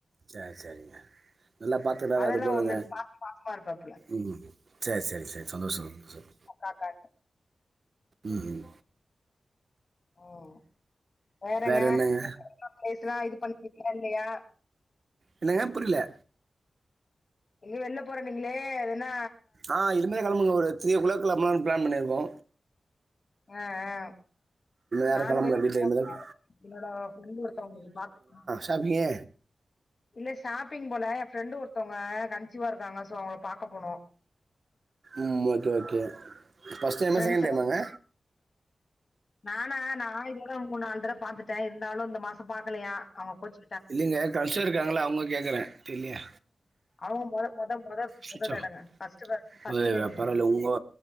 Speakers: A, on the right; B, on the left.
A: சேரி சேரிங்க நல்லா பாத்துன்னாரு
B: அதெல்லா
A: அது போதுங்க
B: ஒண்ணும் இல்ல. பாச பாசமா இருப்பாப்புல.
A: ம் செரி செரி செரி சந்தோஷ ரொம்ப சந்தோஷ
B: அக்கா காட்டு
A: ம்
B: ம் வேறங்க
A: வேற என்னங்க
B: இன்னு பிளேஸ் எல்லா இது பண்ணிட்டீங்களா இல்லையா
A: என்னங்க புரிலே
B: எங்கயோ வெள்ல போறேன்னீங்களே அது என்ன
A: ஆ இதுக்கு மேல கெளம்பணு ஒரு த்ரீ ஓ கிளாக் கெளம்பலாம்னு பிளான் பண்ணிருக்கோ
B: ஆ ஆ
A: வேறு
B: நானு
A: கிளம்பல
B: வெளி
A: வீட்டில்
B: போ
A: இனிமேல்
B: <inaudible> என்னோட ஃப்ரெண்டு் ஒருத்தங்களுக்கு பாக்கனு
A: சாப்பீங்கே
B: இல்ல ஷாப்பிங் போல என் ஃப்ரெண்டு ஒருத்தவங்க கன்சீவா இருக்காங்க சோ அவுங்கள பாக்க போனு
A: ம் ஓகே ஓகே ஃபர்ஸ்ட் என்ன
B: ஃப்ரெண்ட்ஸ்
A: செய்யணுனு
B: எல்லாம்.
A: தெரியுமாங்க
B: நானா நா இதெல்லா மூணு நாலு தடவ பாத்துட்ட இருந்தாலு இந்த மாசோ பாக்கலையா அவூங்க கோச்சு
A: இல்லைங்க கடைசியா இருக்காங்கல்ல அவுங்க கேட்குற தெர்லயா
B: அவங்க மொத மொத மொத
A: ஸ்விட்ச்
B: மொத தடங்க
A: ஆஃப்
B: ஃபர்ஸ்ட் பே ஃபர்ஸ்ட்
A: வே
B: பேபிங்க
A: வ பரவால்ல உங்கோ